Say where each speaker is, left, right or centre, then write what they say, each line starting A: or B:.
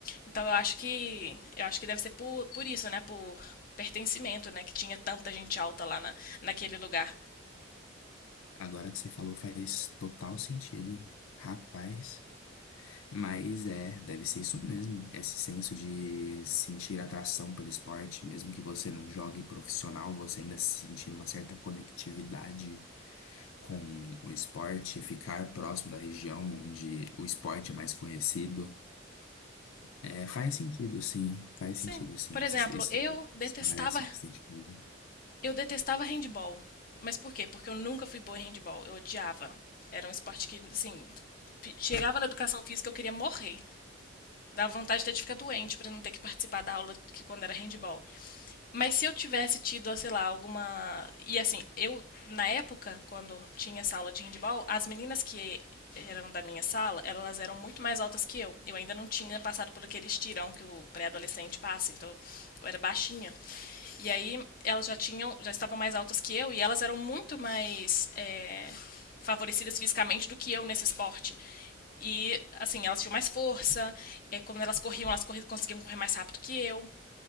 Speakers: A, on the left (about 45°); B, on the left (about 85°).
A: Então, eu acho que eu acho que deve ser por, por isso, né? Por pertencimento, né? Que tinha tanta gente alta lá na, naquele lugar.
B: Agora que você falou faz total sentido. Rapaz. Mas é, deve ser isso mesmo. Esse senso de sentir atração pelo esporte, mesmo que você não jogue profissional, você ainda sentir uma certa conectividade com o esporte, ficar próximo da região onde o esporte é mais conhecido. É, faz sentido, sim, faz
A: Sim.
B: sentido, sim.
A: Por exemplo,
B: Isso, isso
A: eu detestava
B: parece bastante coisa.
A: Eu detestava handball. Mas por quê? Porque eu nunca fui boa em handball. Eu odiava. Era um esporte que, assim, chegava na educação física eu queria morrer. Dava vontade até de ficar doente para não ter que participar da aula que quando era handball. Mas se eu tivesse tido, sei lá, alguma. E assim, eu, na época, quando tinha essa aula de handball, as meninas que eram da minha sala, elas eram muito mais altas que eu. Eu ainda não tinha passado por aquele estirão que o pré-adolescente passa, então eu era baixinha. E aí elas já tinham, já estavam mais altas que eu e elas eram muito mais é, favorecidas fisicamente do que eu nesse esporte. E, assim, elas tinham mais força, é, quando elas corriam, elas corri conseguiam correr mais rápido que eu.